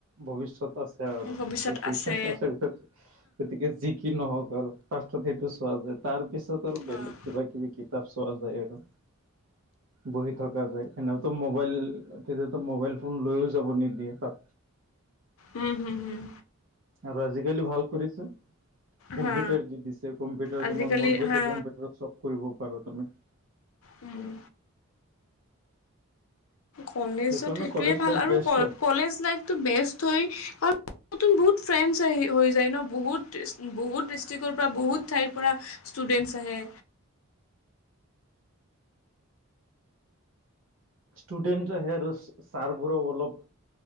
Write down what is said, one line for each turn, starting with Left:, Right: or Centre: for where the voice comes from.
Right: ভৱিষ্যত আছ- আৰু
Left: উম, ভৱিষ্যত
Right: গতিকে
Left: আছে।
Right: আৰু জি- কি নহক আৰু পাত সেইটো চোৱা যায় তাৰ পিছত আৰু
Left: অ'।
Right: বেলেগ কিবা কিবি কিতাপ চোৱা যায় আৰু। বহি থকা যায় সেনেওতো মোবাইল তেতিয়াটৈ মোবাইল ফোন লৈও যাব নিদিয়ে তাত।
Left: উম হুম হুম।
Right: আৰু আজিকালি ভাল কৰিছে। কম্পিউটাৰ
Left: হা
Right: দিছে কম্পিউটাৰ
Left: আজিকালি
Right: তোমাৰ মন গৈছে
Left: হা
Right: কম্পিউটাৰত চব কৰিব পাৰা তুমি।
Left: উম। কলেজত
Right: সেইকাৰণে
Left: সেইটোৱে
Right: কলেজ
Left: ভাল
Right: লাইফ
Left: আৰু
Right: বেষ্ট
Left: কলেজ লাইফটো বেষ্ট হয়। কাৰ- নতুন বহুত ফ্ৰেণ্ডছ আহি হৈ যায় ন বহুত বহুত ডিষ্ট্ৰিক্টৰ পৰা বহুত ঠাইৰ পৰা ষ্টোদেঞ্চ আহে।
Right: ষ্টুডেণ্ট আহে আৰু ছাৰবোৰো অলপ